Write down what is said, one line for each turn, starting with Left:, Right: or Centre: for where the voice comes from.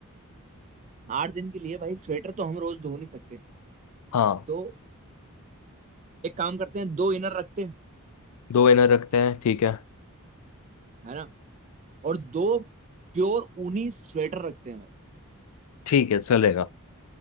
Right: आठ दिन के लिए भाई स्वेटर तो हम रोज धो नहीं सकते
Left: हाँ
Right: तो एक काम करते हैं दो इनर रखते हैं
Left: दो इनर रखते हैं ठीक है
Right: है ना और दो प्योर ऊनी स्वेटर रखते हैं भाई
Left: ठीक है चलेगा